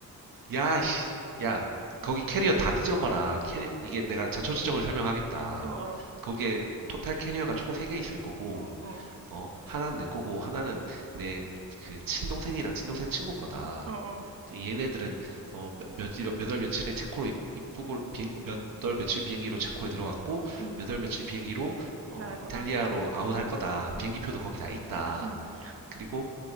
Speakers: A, on the right; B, on the right.
A: 야, 씨, 야, 거기 캐리어 다 뒤져봐라. 캐리 이게 내가 자초지종을 설명하겠다.
B: 어, 어,
A: 거기에 토탈 캐리어가 총 3개 있을 거고,
B: 어, 어,
A: 어, 하나는 내 거고, 하나는 내 그 친동생이랑 친동생 친구 거다.
B: 어, 어,
A: 그 얘네들은 어, 몇, 며칠, 몇월 며칠에 체코로 입, 입국을 비행, 몇월 며칠 비행기로 체코에 들어왔고,
B: 응,
A: 몇월 며칠 비행기로 어,
B: 나갈 거다,
A: 이탈리아로 아웃할
B: 응,
A: 거다. 비행기표도
B: 응,
A: 거기 다 있다.
B: 응,
A: 그리고